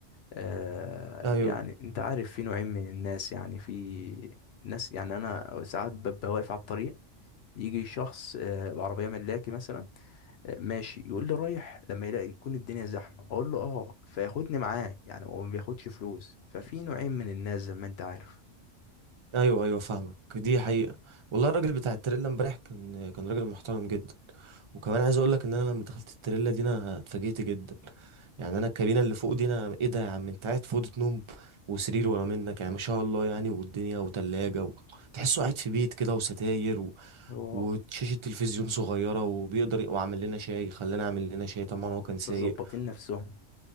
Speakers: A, on the left; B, on the right.
A: آه
B: ايوه
A: يعني انت عارف في نوعين من الناس يعني في ناس يعني انا ساعات ببقى واقف على الطريق يجي شخص آه بعربية ملاكي مثلا آه ماشي يقول لي رايح لما يلاقي يكون الدنيا زحمة اقول له اه فياخدني معاه يعني هو ما بياخدش فلوس ففي نوعين من الناس زي ما انت عارف
B: ايوه ايوه فاهمك دي حقيقة والله الراجل بتاع التريلا امبارح كان كان راجل محترم جدا وكمان عايز اقول لك ان انا لما دخلت التريلا دي انا اتفاجئت جدا يعني انا الكابينة اللي فوق دي انا ايه ده يا عم انت قاعد في أوضة نوم وسرير
A: م.
B: ورا منك يعني ما شاء الله يعني والدنيا وتلاجة و... تحسه قاعد في بيت كده وستاير و...
A: هو
B: وشاشة تلفزيون صغيرة وبيقدر وعمل لنا شاي خلانا اعمل لنا شاي طبعا هو كان سايق
A: مظبطين نفسهم